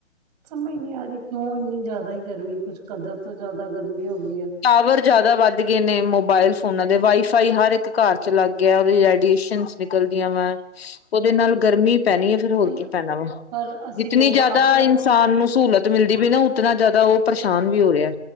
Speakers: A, on the right; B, on the left.
A: ਸਮਝ ਨਹੀਂ ਆ ਰਹੀ ਕਿਉਂ ਇੰਨੀ ਜਾਦਾ ਹੀ ਗਰਮੀ ਕੁਝ ਕਦਰ ਤੋਂ ਜਾਦਾ ਗਰਮੀ ਹੋ ਗਈ ਆ।
B: ਟਾਵਰ ਜ਼ਿਆਦਾ ਵੱਧ ਗਏ ਨੇ ਮੋਬਾਇਲ ਫੋਨਾਂ ਦੇ, ਵਾਈਫਾਈ ਹਰ ਇੱਕ ਘਰ ਚ ਲੱਗ ਗਿਆ, ਉਹਦੇ ਰੇਡੀਏਸ਼ਨ ਨਿਕਲਦੀਆਂ ਵਾ, ਉਹਦੇ ਨਾਲ ਗਰਮੀ ਪੈਣੀ ਆ ਫਿਰ ਹੋਰ
A: ਪਰ
B: ਕੀ ਪੈਣਾ ਵਾ
A: ਪਰ ਅਸੀਂ
B: ਜਿਤਨੀ
A: ਲੋਕ
B: ਜ਼ਿਆਦਾ
A: ਆਪਣਾ
B: ਇਨਸਾਨ ਨੂੰ ਸਹੂਲਤ ਮਿਲਦੀ ਪਈ ਨਾ ਉਤਨਾ ਜਾਦਾ ਉਹ ਪਰੇਸ਼ਾਨ ਵੀ ਹੋ ਰਿਹਾ।